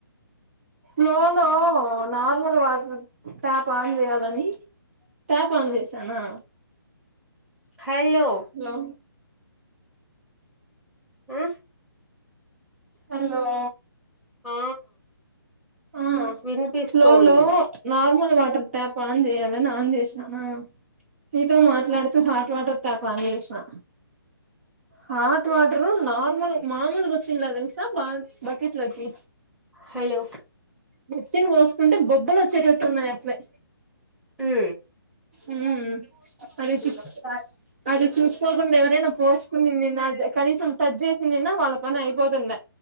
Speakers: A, on the right (about 35°); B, in the centre.
A: లో లో నాలుగు <unintelligible> ట్యాప్ ఆన్ చేయాలని టాప్ ఆన్ చేసానా
B: హల్లో
A: హలో
B: ఆ
A: ఎందులో
B: ఆ
A: ఆ
B: వినిపిస్తోంది
A: ఫ్లోలో నార్మల్ వాటర్ టాప్ ఆన్ చేయాలని ఆన్ చేసిన ఆ నితో మాట్లాడుతూ హాట్ వాటర్ ట్యాపాన్ జేసినా హాట్ వాటరు నార్మల్ మామూల్గొచ్చిన దేల్సా బా బకెట్ బకెట్లోకి
B: హలో
A: నేతిన్ బోస్కుంటే బొబ్బలోచ్చేటట్టు ఉన్నాయి అట్లే
B: ఏ
A: ఊ అది చూ
B: ఒకసారి
A: అది చూసుకోకుండా ఎవరైనా పోస్కొని నిన్న కనీసం టచ్ జేసిందిన్న వాళ్ళ పనైపోతుండే